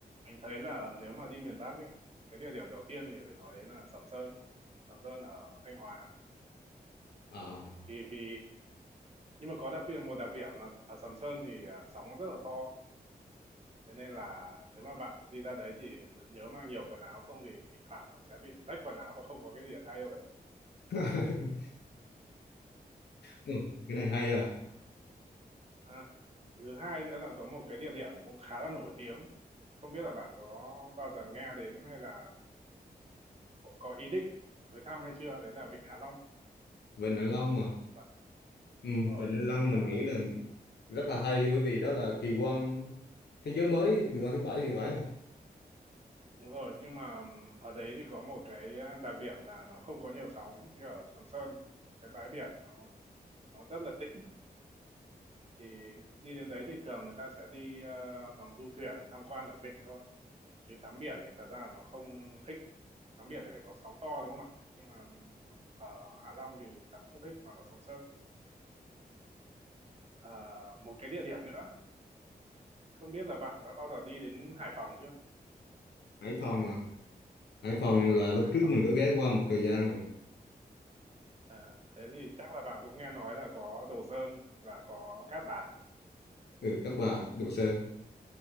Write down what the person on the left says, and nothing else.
À,
<laughs> ừ, cái này hay à.
Vịnh Hạ Long à
ừ,
Vịnh Hạ Long
mình
nghĩ là rất là hay bởi vì đó là kỳ quan thế giới mới kỳ quan thứ bảy thì phải
Hải Phòng à Hải Phòng
là lúc
trước
mình có ghé qua một thời gian rồi
ừ Cát Bà Đồ Sơn